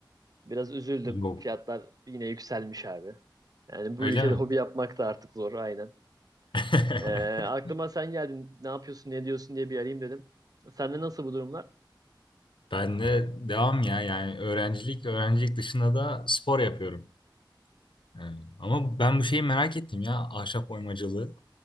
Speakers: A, on the right; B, on the left.
A: Biraz üzüldüm.
B: Yok.
A: Fiyatlar yine yükselmiş abi. Yani bu
B: Öyle
A: ülkede
B: mi?
A: hobi yapmak da artık zor aynen.
B: <laughs>
A: Ee, aklıma sen geldin ne yapıyorsun ne diyorsun diye bir arayayım dedim. Sende nasıl bu durumlar?
B: Ben de devam ya yani öğrencilik öğrencilik dışında da spor yapıyorum. Yani Ama ben bu şeyi merak ettim ya ahşap oymacılığı.